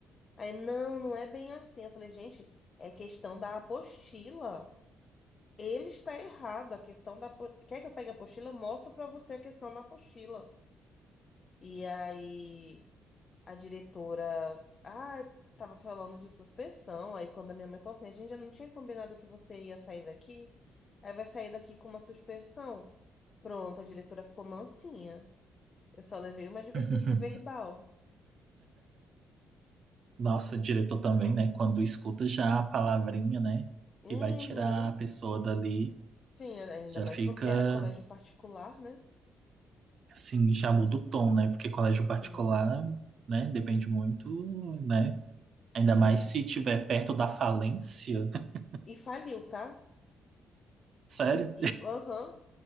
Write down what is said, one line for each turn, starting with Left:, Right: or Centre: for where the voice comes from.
Left: Aí, não, não é bem assim. Eu falei, gente, é questão da apostila. Ele está errado. A questão da. apo- Quer que eu pegue a apostila? Eu mostro pra você a questão na apostila. E aí a diretora, ah, tava falando de suspensão. Aí quando a minha mãe falou assim, a gente já não tinha combinado que você ia sair daqui, aí vai sair daqui com uma suspensão. Pronto, a diretora ficou mansinha. Eu só levei uma advertência
Right: <laughs>
Left: verbal.
Right: Nossa, diretor também, né? Quando escuta já a palavrinha, né?
Left: Uhum.
Right: Que vai tirar a pessoa dali,
Left: Sim, ainda
Right: já
Left: mais
Right: fica,
Left: porque era colégio particular, né?
Right: assim, já muda o tom, né? Porque colégio
Left: Sim,
Right: particular, né? Depende muito, né?
Left: sim.
Right: Ainda mais se tiver perto da falência. <laughs>
Left: E faliu, tá?
Right: Sério?
Left: E, aham,